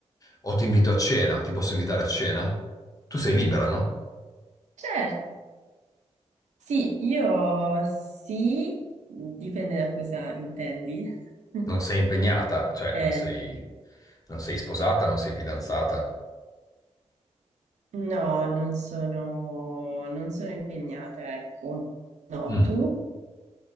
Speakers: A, on the left; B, on the right.
A: O ti invito a cena, ti posso invitare a cena? Tu sei libera, no?
B: certo, sì, io sì, dipende da cosa intendi. <laughs>
A: Non sei impegnata, cioè
B: Eh,
A: non sei, non sei sposata, non sei fidanzata.
B: no, non sono, non sono impegnata, ecco. No,
A: Mm.
B: tu?